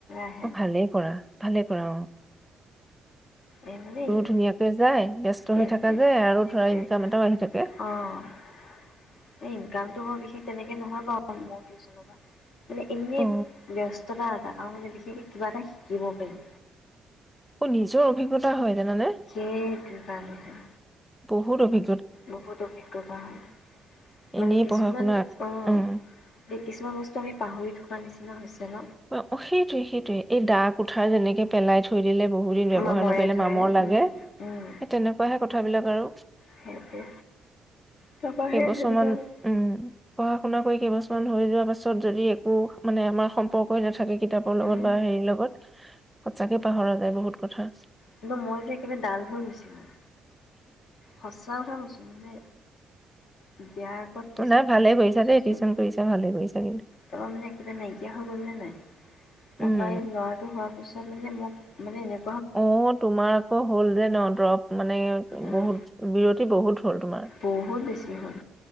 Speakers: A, on the left (about 75°); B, in the centre.
A: আহে।
B: অ' ভালেই কৰা! ভালে কৰ'!
A: এনেই উ!
B: ধুনীয়াকে যায় ব্যস্ত
A: সেইটোৱে
B: হৈ থকা যায় আৰু
A: সেইটোৱে
B: ধৰা ইনকাম এটাও আহি থাকে
A: অ' এই ইনকামটো বৰ বিশেষ তেনেকে নহয় বাৰু মোৰ টিউচনৰ পৰা! মানে, এনেই
B: অ
A: ব্যস্ততা! আৰু মানে, বিশেষকে কিবা এটা শিকিব পাৰিম।
B: অ' নিজৰ অভিজ্ঞতা হয়। জানানে
A: সেইটো, কাৰনেহে!
B: বহুত অভি!
A: বহুত অভিজ্ঞতা হয়। মানে,
B: এনেই
A: কিছুমান
B: পঢ়া শুনা
A: অ'
B: উম
A: কিছুমান বস্তু আমি পাহৰি থৈ কিবা নিচিনা হৈছে ন!
B: অ' অ' সেইটোৱে সেইটোৱে, এই দা কুঠাৰ যেনেকে পেলাই থৈ পঢ়িলে বহুত দিন ব্যৱহাৰ
A: মামৰে
B: নকৰিলে,
A: ধৰে
B: মামৰ লাগে,
A: উম উম
B: সেই, তেনেকুৱাহে কথাবিলাক আৰু
A: সেইটোৱে তাৰপৰা
B: কেইবছৰমান
A: সেই সেইটো কাৰণে
B: উ! পঢ়া শুনা কৰি কেইবছৰমান হৈ যোৱা পাছত যদি একো মানে আমাৰ কৈ কৈ নাথাকি কিতাপৰ লগত
A: উম
B: বা হেৰিৰ লগত সঁচাকে পাহৰা যায় বহুত কথা।
A: কিন্তু মই যে, একেবাৰে ডাল হৈ গৈছিলো। সঁচা কথা কৈছো মানে, বিয়াাৰ আগত চিউচন
B: নাই ভালে
A: কৰিছিলোঁ,
B: কৰিছা দেই টিউচন কৰিছা ভালে কৰিছা কিন্তু
A: তাৰপা মানে একেবাৰে নাইকিয়া হৈ গ'ল নে নাই! তাৰপৰা
B: উম
A: এই ল'ৰাটো হোৱাৰ পিছত মানে মোক মানে এনে
B: অ তোমাৰ আকৌ হ'ল যে ন দৰৱ মানে
A: উম,
B: বহুত! বিৰতি বহুত হ'ল তোমাৰ,
A: বহুত বেছি হ'ল।